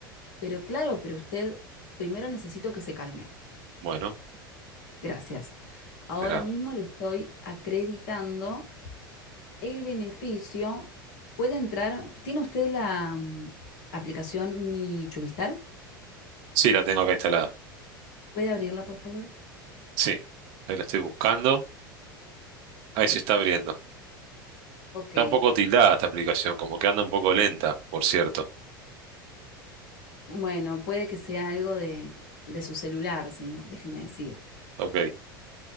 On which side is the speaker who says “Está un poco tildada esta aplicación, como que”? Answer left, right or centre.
Right